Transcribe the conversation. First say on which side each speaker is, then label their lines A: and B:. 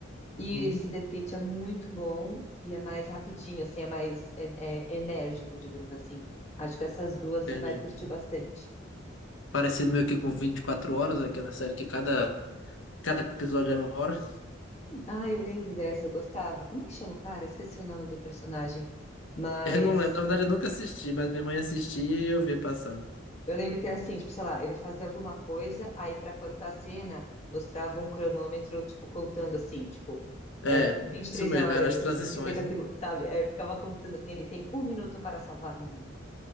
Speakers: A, on the left (about 75°); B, on the left (about 35°).
A: Uhum.
B: E esse The Pitt é muito bom e é mais rapidinho, assim, é mais é, é, enérgico, digamos assim. Acho que essas duas você
A: Entendi.
B: vai curtir bastante.
A: parecido meio que com vinte e quatro horas, aquela série que cada, cada episódio era uma hora.
B: Ah, eu lembro dessa, eu gostava. Como é que chama o cara? Eu esqueci o nome do personagem. Mas
A: <laughs> Eu não lembro, na verdade eu nunca assisti, mas minha mãe assistia e eu via passando.
B: Eu lembro que era assim, tipo, sei lá, ele fazia alguma coisa, aí para cortar a cena, mostrava um cronômetro, tipo, contando assim, tipo,
A: É,
B: é, vinte e
A: isso
B: três
A: mesmo,
B: horas
A: eram as transições,
B: e 50
A: né?
B: segundos, sabe? É, ficava contando assim, ele tem um minuto para salvar o mundo.